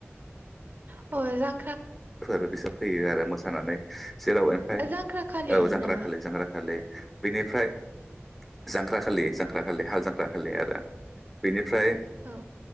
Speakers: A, on the right; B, in the centre.
A: अ जां
B: फोर बिसोर फैयो आरो। मोसानानै जेराव ओमफ्राय,
A: जांख्रा खालि
B: औ जांग्राखालि
A: नामा
B: जांख्राखालि बेनिफ्राय जांख्राखालि जांख्राखालि हाल जांख्राखालि आरो बेनि फ्राय
A: औ